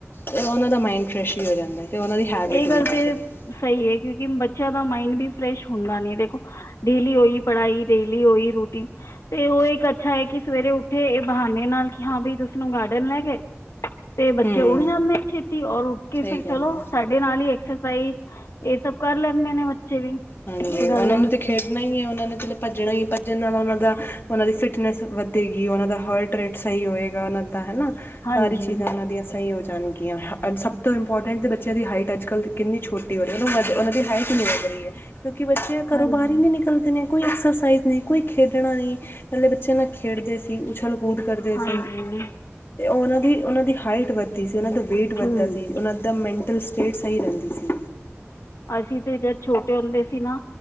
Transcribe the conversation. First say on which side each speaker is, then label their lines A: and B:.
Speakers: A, on the left (about 50°); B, on the left (about 80°).
A: ਤੇ ਓਨਾਂ ਦਾ ਮਾਇੰਡ ਫਰੈਸ਼ ਵੀ ਹੋ ਜਾਂਦਾ ਤੇ ਓਨਾਂ ਦੀ ਹੈਬਿਟ
B: ਏਹ
A: ਵੀ
B: ਗੱਲ
A: ਪੈ
B: ਤੇ
A: ਜਾਏਗੀ
B: ਸਹੀ ਏ ਕਿਉਂਕਿ ਬੱਚਿਆਂ ਦਾ ਮਾਇੰਡ ਵੀ ਫਰੈਸ਼ ਹੁੰਦਾ ਨੀ ਦੇਖੋ ਡੇਲੀ ਹੋਈ ਪੜ੍ਹਾਈ, ਡੇਲੀ ਹੋਈ ਰੂਟੀਨ। ਤੇ ਓਹ ਏਕ ਅੱਛਾ ਏ ਕਿ ਸਵੇਰੇ ਉੱਠੇ ਇਹ ਬਹਾਨੇ ਨਾਲ ਕਿ ਹਾਂ ਬਈ ਤੁਸ ਨੂੰ ਗਾਰਡਨ ਲੈ ਗਏ। ਤੇ ਬੱਚੇ
A: ਹਮ
B: ਉੱਠ ਜਾਂਦੇ ਛੇਤੀ ਔਰ ਉੱਠ ਕੇ
A: ਸਹੀ
B: ਫੇਰ
A: ਗੱਲ
B: ਚਲੋ।
A: ਹੈ
B: ਸਾਡੇ ਨਾਲ ਹੀ ਐਕਸਰਸਜ਼ ਏਹ ਸਭ ਕਰ ਲੈਂਦੇ ਨੇ ਬੱਚੇ। ਵੀ
A: ਹਾਂਜੀ
B: ਇਹ ਗੱਲ
A: ਓਨਾਂ
B: ਹੈ
A: ਨੂੰ ਤੇ ਖੇਡ ਭੱਜਣਾ ਈ ਏ ਓਨਾਂ ਨੇ ਚਲ ਭੱਜਣਾ ਹੀ ਭੱਜਣ ਨਾਲ ਓਨਾਂ ਦਾ ਓਨਾਂ ਦੀ ਫਿਟਨੈਸ ਵੱਧੇਗੀ ਓਨਾਂ ਦਾ ਹਾਰਟ ਰੇਟ। ਸਹੀ ਹੋਏਗਾ ਓਨਾਂ ਦਾ ਹੈਨਾ।
B: ਹਾਂਜੀ
A: ਸਾਰੀ ਚੀਜ਼ਾਂ ਉਹਨਾਂ ਦੀਆਂ ਸਹੀ ਹੋ ਜਾਣਗੀਆਂ ਸਭ ਤੋਂ ਇੰਪੋਰਟੈਂਟ ਦੇ ਬੱਚੇ ਬੱਚੇਆਂ ਦੀ ਹਾਈਟ ਅੱਜ-ਕੱਲ੍ਹ ਕਿੰਨੀ ਛੋਟੀ ਹੋ ਰਹੀ ਮਤਲਬ ਵਧ ਉਹਨਾਂ ਦੀ ਹਾਈਟ ਹੀ ਨੀ ਵਧ ਰਹੀ ਹੈ। ਕਿਉਂਕਿ ਬੱਚੇ ਘਰੋਂ
B: ਹਾਂਜੀ
A: ਬਾਹਰ ਈ ਨਈ ਨਿਕਲਦੇ ਨੇ ਕੋਈ ਐਕਸਰਸਾਈਜ਼ ਨਈ, ਕੋਈ ਖੇਡਣਾ ਨਈ। ਪੈਲੇ ਬੱਚੇਆ ਨਾਲ ਖੇਡਦੇ ਸੀ। ਉਛਲ ਕੂਦ ਕਰਦੇ
B: ਹਾਂਜੀ
A: ਸੀ। ਤੇ ਓਨਾਂ ਦੀ ਓਨਾਂ ਦੀ ਹਾਈਟ ਵਧ ਦੀ ਸੀ। ਓਨਾਂ ਦਾ ਵੇਟ ਵੱਧਦਾ
B: ਹੂੰ
A: ਸੀ, ਓਨਾਂ ਦਾ ਮੈਂਟਲ ਸਟੇਟ ਸਹੀ ਰੇਂਦੀ ਸੀ।
B: ਅਸੀਂ ਤੇ ਜਦ ਛੋਟੇ ਹੁੰਦੇ ਸੀ ਨਾ।